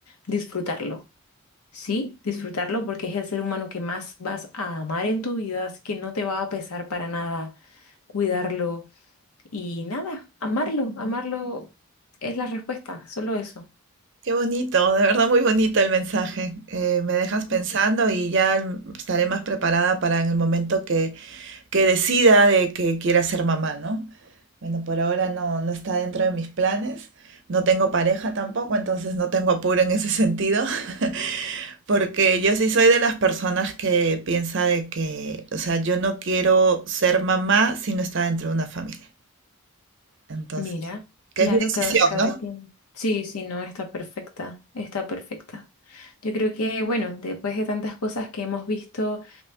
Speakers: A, on the left; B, on the right.
A: disfrutarlo. Sí, disfrutarlo porque es el ser humano que más vas a amar en tu vida, así que no te va a pesar para nada cuidarlo y nada, amarlo, amarlo es la respuesta, solo eso.
B: Qué bonito, de verdad muy bonito el mensaje. Eh, me dejas
A: Ujú.
B: pensando y ya mm, estaré más preparada para en el momento que que decida de que quiera ser mamá, ¿no? Bueno, por ahora no, no está dentro de mis planes. No tengo pareja tampoco, entonces no tengo apuro en ese sentido, <laughs> porque yo sí soy de las personas que piensa de que, o sea, yo no quiero ser mamá si no está dentro de una familia. Entonces,
A: Mira,
B: que
A: claro,
B: es mi decisión,
A: cada, cada
B: ¿no?
A: quien. Sí, sí, no, está perfecta, está perfecta. Yo creo que, bueno, después de tantas cosas que hemos visto